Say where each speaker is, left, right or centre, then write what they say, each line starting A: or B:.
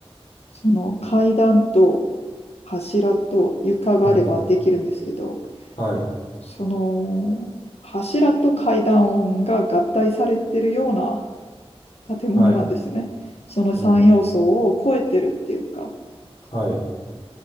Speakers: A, on the left (about 80°); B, on the left (about 60°).
A: その階段と柱と床があればできるんですけど、
B: うん、はい、
A: その柱と階段音が合体されてるような建物なんですね。
B: はい、
A: その3要素を超えてるっていうか、
B: うん、はい。